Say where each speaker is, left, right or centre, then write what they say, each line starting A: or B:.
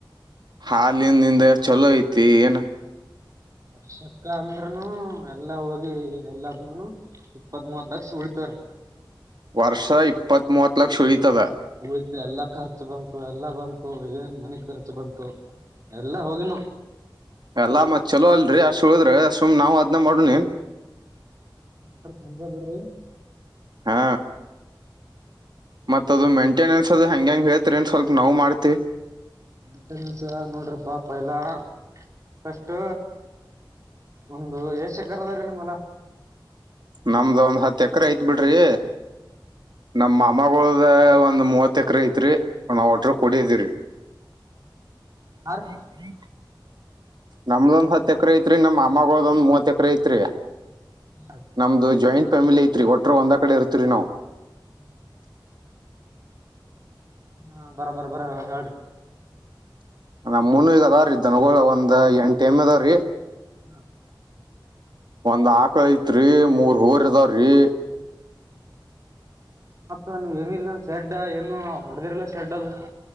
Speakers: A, on the right; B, on the right.
A: ಹಾಲಿನಿಂದ ಚಲೋ ಐತಿ ಏನ್.
B: ವರ್ಷಕ್ಕ ಅಂದ್ರನು ಎಲ್ಲಾ ಹೋಗಿ ಎಲ್ಲ ಬನು. ಇಪ್ಪತ್ ಮೂವತ್ ಲಕ್ಷ ಉಳಿತವ್ರಿ.
A: ವರ್ಷ ಇಪ್ಪತ್ ಮೂವತ್ತ ಲಕ್ಷ <unintelligible> ತವೆ.
B: ಉಳಿತ್ ಎಲ್ಲಾ ಖರ್ಚು ಬಂತು ಎಲ್ಲಾ ಬಂತು ಏನ್ ಮನೆ ಖರ್ಚು ಬಂತು ಎಲ್ಲಾ ಹೋಗಿನು.
A: ಎಲ್ಲಾ ಮತ್ ಚಲೋ ಅಲ್ರಿ ಅಷ್ಟ ಉಳದ್ರ ಸುಮ್ ನಾವು ಅದ್ನ ಮಾಡೋನೆನ್.
B: ಹಂಗ ಮಾಡ್ರ ಚಂದೆ ಬಿಡ್ರಿ.
A: ಹಾ ಮತ್ ಅದು ಮೇಂಟೆನೆನ್ಸ್ ಅದು ಹೆಂಗೆಂಗ ಹೇಳ್ತರೆನ್ ಸ್ವಲ್ಪ ನಾವು ಮಾಡ್ತಿವಿ.
B: ಮೆಂಟನೆನ್ಸ ನೋಡ್ರಪ್ಪಾ ಪೈಲಾ ಪೈಸ್ಟ್. ಒಂದು ಎಶೇಕ್ಕರ್ ಅದರಿ ನಿಮ್ಮ ಹೋಲಾ.
A: ನಮ್ದ ಒಂದ್ ಹತ್ ಎಕ್ರೇ ಐತ್ ಬಿಡ್ರಿ ನಮ್ಮ ಮಾಮಗೋಳ. ದ ಒಂದ್ ಮೂವತ್ ಎಕ್ರ ಐತ್ರಿ ನಾವ್ ಒಟ್ರ ಕುಡೆದೀವ್ರೀ. <inaudible>
B: ಹಾ ರೀ
A: ನಮ್ದೊಂದ್ ಹತ್ ಎಕ್ರೆ ಐತ್ರಿ ನಮ್ಮ ಮಾಮಾಗೊಳ್ದ ಒಂದ್ ಮೂವತ್ ಎಕ್ರೇ ಇತ್ರಿ.
B: ಹಾ ರಿ.
A: ನಮ್ದು ಜಾಯಿಂಟ್ ಫ್ಯಾಮಿಲಿ ಐತ್ರಿ ಒಟ್ಟರು ಒಂದ ಕಡೆ ಇರ್ತೀರಿ ನಾವು.
B: ಹ್ಮ್ ಹ್ಮ್ ಹಾ ಬರಾ ಬರ ಬರ ಹೇಳ್ರಿ.
A: ನಮ್ಮೂನು ಈಗ ಅದಾವ್ರೀ ದನಗೋಳ ಒಂದ್ ಎಂಟೆಮ್ಮಿ ಅದಾವ್ರೀ.
B: ಹ್ಮ
A: ಒಂದ್ ಆಕ್ಳ ಐತ್ರಿ ಮೂರ್ ಹೂರ ಅದಾವ್ರಿ.
B: ಹ್ಮ ಮತ್ತ ನೀವ್ ಏನಿಲ್ಲ ಶೆಡ್ ಏನು ಹೊಡೆದಿರ್ಲ್ಲ ಶೆಡ್ಡದು.